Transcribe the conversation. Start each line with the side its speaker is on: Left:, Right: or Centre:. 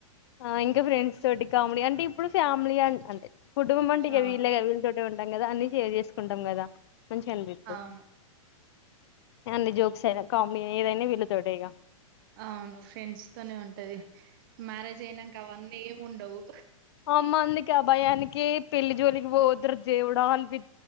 Left: ఆ ఇంకా ఫ్రెండ్స్ తోటి కామెడీ అంటే ఇప్పుడు ఫ్యామిలీ అ అంటే కుటుంబం అంటే ఇక
Right: ఆ
Left: వీళ్ళే వీళ్ళతోట ఉంటాం కదా అన్ని షేర్ చేసుకుంటాం కదా. మంచిగా అనిపిస్తుంది.
Right: అవును
Left: ఏమన్నా జోక్స్ అయినా కామెడీ ఏదైనా వీళ్ళతోటే ఇగ
Right: అవును ఫ్రెండ్స్ తోనే ఉంటది. మ్యారేజ్ అయినాక అవన్నీ ఏమి ఉండవు.
Left: అమ్మ అందుకే అ భయానికి పెళ్లి జోలికి పోవద్దుర దేవుడా అనిపి